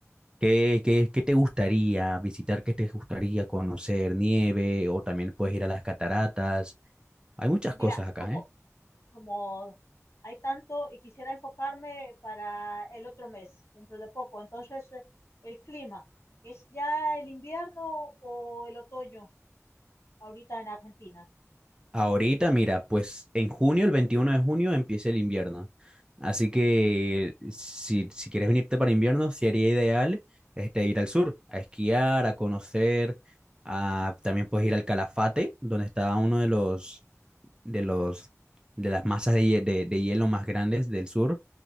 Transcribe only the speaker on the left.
Mira,
como,
como hay tanto y quisiera enfocarme para el otro mes, dentro de poco, entonces eh, el clima, ¿es ya el invierno o el otoño ahorita en Argentina?